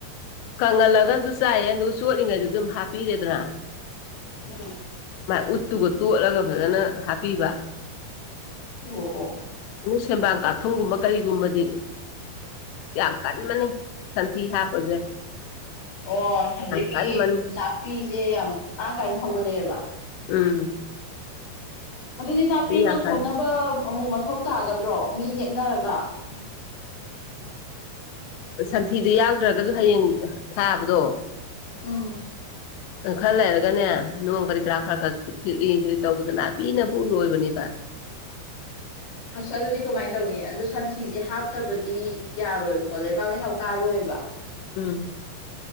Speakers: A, on the left; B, on the left.
A: ꯀꯪꯍꯜꯂꯒꯖꯨ ꯆꯥꯏꯌꯦ ꯑꯗꯨꯒ ꯆꯣꯠꯂꯤꯉꯩꯗꯖꯨ ꯑꯗꯨꯝ ꯍꯥꯞꯄꯤꯔꯦꯗꯅ
B: <unintelligible>
A: ꯃꯥꯥꯏ ꯎꯠꯇꯨꯒ ꯇꯣꯠꯂꯒ ꯐꯖꯅ ꯍꯥꯞꯄꯤꯕ
B: ꯑꯣ ꯑꯣ
A: ꯑꯗꯨ ꯁꯦꯟꯕꯥꯡ ꯀꯥꯊꯨꯝꯒꯨꯝꯕ ꯀꯔꯤꯒꯨꯝꯕꯗꯤ ꯌꯥꯝ ꯀꯟꯕꯅꯤ ꯁꯟꯊꯤ ꯍꯥꯞꯄꯖꯦ
B: ꯑꯣ ꯍꯧꯖꯤꯛꯀꯤ
A: ꯀꯟꯕꯅꯤ
B: ꯅꯥꯄꯤꯖꯦ ꯌꯥꯝ ꯃꯔꯥꯡ ꯀꯥꯏꯅ ꯍꯧꯒꯠꯂꯛꯑꯦꯕ
A: ꯎꯝ
B: ꯑꯗꯨꯗꯤ ꯅꯥꯄꯤ
A: ꯌꯥꯝ
B: ꯃꯟꯊꯣꯛꯅꯕ
A: ꯀꯜꯂꯦ
B: ꯑꯃꯨꯛ ꯃꯊꯧ ꯇꯥꯒꯗ꯭ꯔꯣ ꯃꯤ ꯅꯦꯛꯅꯔꯒ
A: ꯎꯝ ꯁꯟꯊꯤꯗꯣ ꯌꯥꯎꯗ꯭ꯔꯒꯖꯨ ꯍꯌꯦꯡ ꯊꯥꯕꯗꯣ
B: ꯎꯝ
A: ꯈꯔ ꯂꯩꯔꯒꯅꯦ ꯅꯣꯡ ꯀꯔꯤ ꯀꯔꯥ ꯈꯔ ꯈꯔ ꯊꯤꯠꯂꯤ ꯊꯤꯠꯂꯤ ꯇꯧꯕꯗꯅꯦ ꯅꯥꯄꯤꯅꯕꯨ ꯂꯣꯏꯕꯅꯦꯕ
B: ꯑꯁ ꯑꯗꯨꯗꯤ ꯀꯃꯥꯏꯅ ꯇꯧꯅꯤ ꯑꯗꯨ ꯁꯟꯊꯤꯖꯦ ꯍꯥꯞꯇꯕꯗꯤ ꯌꯥꯔꯣꯏꯕꯀꯣ ꯂꯩꯕꯥꯛ ꯂꯩꯩ ꯍꯧ ꯀꯥꯔꯣꯏꯕ
A: ꯎꯝ